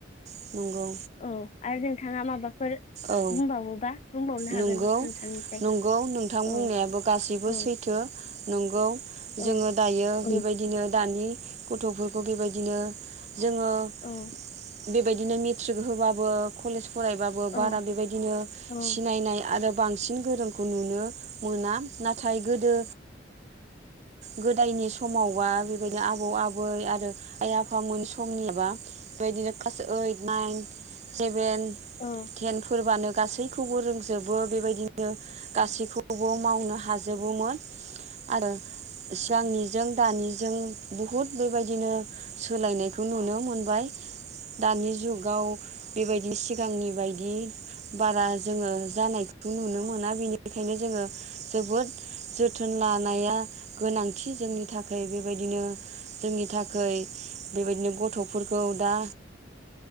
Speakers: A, on the right; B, on the left.
A: <unintelligible> नंगौ।
B: औ आरो नोंथाङा माबाफोर
A: औ
B: बुंबावोबा बुंबावनो हागोन
A: नंगौ,
B: नोंथांनिफ्राय
A: नंगौ नोंथां बुंनायाबो
B: औ
A: गासैबो
B: औ
A: सैथो। नंगौ।
B: औ
A: जोङो दायो
B: औ
A: बेबायदिनो दानि गथ'फोरखौ बेबायदिनो जोङो <inaudible>
B: औ
A: बेबायदिनो मेट्रिक होबाबो कलेज फरायबाबो
B: औ
A: बारा बेबायदिनो
B: नंगौ
A: सिनायनाय आरो बांसिन गोरोंखौ नुनो मोना नाथाय गोदो गोदायनि समावबा बेबायदिनो आबौ आबै आरो आइ आफामोन समनियाबा बेबायदिनो क्लास ओइट, नाइन, सेभेन,
B: औ
A: टेनफोरबानो गासैखौबो रोंजोबो। बेबायदिनो गासैखौबो मावनो हाजोबोमोन, आरो सिगांनिजों दानिजों बुहुद बेबायदिनो सोलायनायखौ नुनो मोन बाय दानि जुगाव बेबायदि सिगांनि बायदि बारा जोङो जानायखौ नुनो मोना। बिनिखायनो जोङो जोबोद जोथोन लानाया गोनां थि जोंनि थाखाय बेबायदिनो जोंनि थाखै बेबायदिनो गथ'फोरखौ दा